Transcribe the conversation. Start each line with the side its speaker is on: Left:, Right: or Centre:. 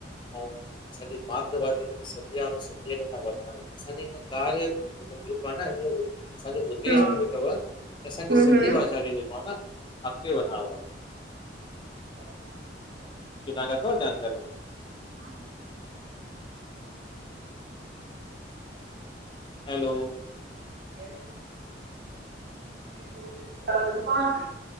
Left: ऐं असांजी मातृभाषा जेक िं खे वधाय ग्रुप आहे न अांज उदेश
Right: हम्म
Left: बि इहो अथव की असांखे
Right: हम्म
Left: सिंधी
Right: हम्म
Left: भाषा खे जेको आहे न अॻिते वधाइणो आहे
Right: हा
Left: तं हाखे अथव जानकारी
Right: हा हा
Left: हैलो
Right: द द चार द पच